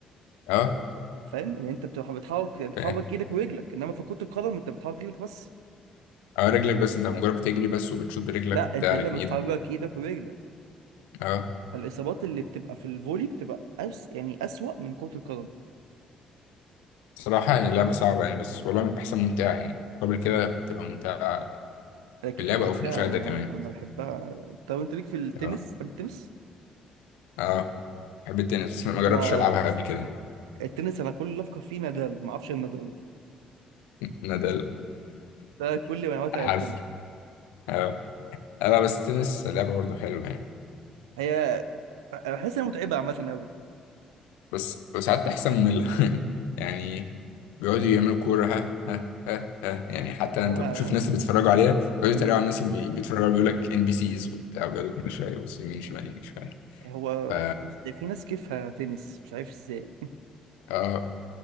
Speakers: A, on the left (about 75°); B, on the right (about 85°).
A: أه
B: فاهم ان انت بتروح بتحرك بتحرك
A: فاهم
B: ايدك ورجلك انما في كرة القدم انت بتحرك ايدك بس
A: أه رجلك بس أنت مجرد بتجري بس وبتشوط برجلك
B: لا
A: وبتاع
B: انت هنا
A: لكن
B: بتحرك
A: إيدك
B: ايدك ورجلك
A: أه
B: فالاصابات اللي بتبقى في الفولي بتبقى أس... يعني اسوأ من كرة القدم
A: صراحة هي لعبة صعبة يعني بس والله بتحسن ممتعة يعني قبل كده بتبقى ممتعة
B: هي كيكه
A: في اللعبة
B: ممتعه
A: أو في المشاهدة
B: انا
A: كمان
B: أنا بحبها طب انت ليك في التنس
A: اه
B: تحب التنس
A: اه بحب التنس بس ما جربتش
B: انا
A: ألعبها قبل كده
B: التنس انا كل اللي افكر فيه نادال ما اعرفش إيه نادال
A: <laughs> نادال
B: ده كل
A: <laughs>
B: معلوماتي
A: عارف
B: عن التنس
A: اه أه، لا بس التنس لعبة برضه حلوة يعني
B: هي بحس انها متعبه عامه قوي
A: بس وساعات بحسها مملة <laughs> يعني بيقعدوا يعملوا كورة ها ها ها ها يعني حتى
B: لا
A: أنت بتشوف
B: لا
A: الناس اللي بيتفرجوا عليها بيقعدوا
B: امم
A: يتريقوا على الناس اللي بي- بيتفرجوا عليها بيقول لك إن بي سيز وبتاع بيقعدوا كل شوية يبصوا يمين شمال يمين شمال
B: هو
A: ف
B: بص ده في ناس كيفها تنس مش عارف ازاي
A: اه